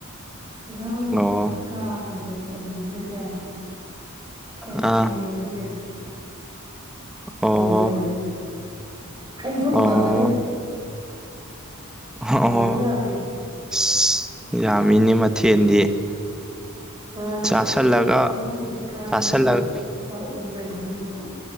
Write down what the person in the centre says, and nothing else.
ꯑꯣ
ꯑꯥ
ꯑꯣ
ꯑꯣ
ꯑꯣ
<unintelligible>
ꯌꯥꯝꯃꯤꯅꯦ ꯃꯊꯦꯜꯗꯤ
ꯆꯥꯁꯜꯂꯒ
ꯆꯥꯁꯜꯂꯒ